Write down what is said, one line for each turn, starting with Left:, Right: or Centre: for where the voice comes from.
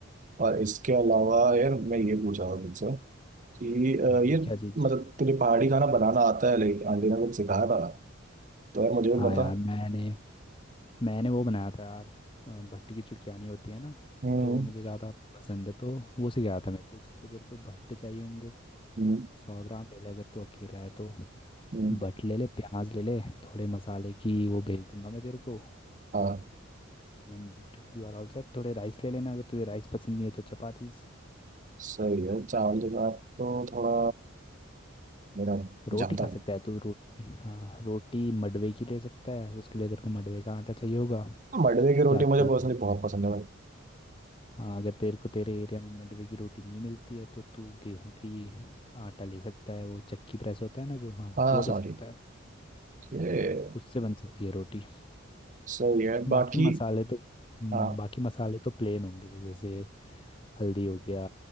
Right: और इसके अलावा यार मैं ये पूछ रहा हूँ तुझसे कि अ,
Left: हम्म,
Right: ये
Left: क्या चीज़
Right: मतलब तुझे पहाड़ी खाना बनाना आता है लाइक आंटी ने कुछ सिखाया था तो यार मुझे
Left: हाँ
Right: भी बता
Left: यार मैंने मैंने वो बनाया था यार अ, भट्टी की चुटकियानी होती है ना
Right: हम्म
Left: तो मुझे ज़्यादा पसंद है तो वो सिखाया था मेरे को उसके लिए तेरे को भट्टे चाहिए होंगे
Right: हम्म
Left: सौ ग्राम ले ले अगर तू अकेला है तो
Right: हम्म,
Left: भट ले ले प्याज ले ले थोड़े मसाले की वो भेज दूंगा मैं तेरे को
Right: हाँ
Left: And you are all set थोड़े राइस ले लेना अगर तुझे राइस पसंद नहीं है तो चपातीस
Right: सही है चावल के साथ तो थोड़ा मेरा
Left: रोटी
Right: जमता
Left: खा
Right: नहीं
Left: सकता है तू रोटी हाँ रोटी मडवे की ले सकता है उसके लिए तेरे को मडवे का आटा चाहिए होगा
Right: हाँ, मडवे की रोटी
Left: या तो
Right: मुझे पर्सनली बहुत पसंद है
Left: हाँ अगर तेरे को तेरे एरिया में मंडवे की रोटी नहीं मिलती है तो तू गेहूं की आटा ले सकता है वो चक्की प्रेस होता है ना जो हाँ
Right: हाँ
Left: वो ले
Right: सॉरी
Left: सकता है
Right: ये
Left: उससे बन सकती है रोटी
Right: सही है बाकी
Left: बाकी मसाले तो हम्म,
Right: हाँ
Left: बाकी मसाले तो प्लेन होंगे जैसे हल्दी हो गया